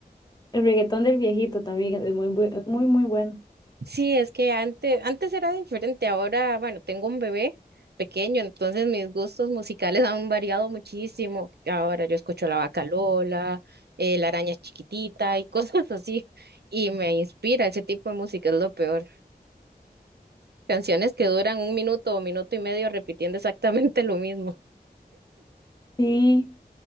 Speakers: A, on the left; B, on the right.
A: El reggaetón del viejito también es muy, bu- es muy, muy bueno.
B: Sí, es que antes, antes era diferente, ahora, bueno, tengo un bebé pequeño, entonces mis gustos musicales <laughs> han variado muchísimo. Ahora yo escucho La Vaca Lola, eh, La Araña Chiquitita y <laughs> cosas así, y me inspira ese tipo de música, es lo peor. Canciones que duran un minuto o minuto y medio repitiendo exactamente lo mismo.
A: Sí,